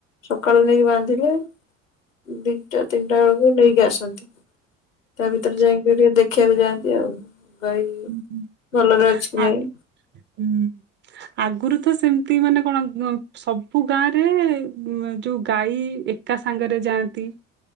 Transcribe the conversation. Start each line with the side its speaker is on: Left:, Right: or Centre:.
Left: ସକାଳୁ ନେଇକି ବାନ୍ଧିଲେ ଦି ଦିଟା ତିନିଟା ବେଳକୁ ନେଇକି ଆସନ୍ତି। ତା
Right: ହୁଁ
Left: ଭିତରେ ଯାଇକି ଟିକେ ଦେଖିବାକୁ ଯାଆନ୍ତି ଆଉ। ଗାଈ
Right: ହୁଁ।
Left: ଭଲରେ ଅଛି କି
Right: ଆ
Left: ନାଇଁ।
Right: ହୁଁ। ଆଗରୁ ତ ସେମିତି ମାନେ କଣ, କ ସବୁ ଗାଁ ରେ ମ୍ ଯୋଉ ଗାଈ ଏକା ସାଙ୍ଗରେ ଯାଆନ୍ତି।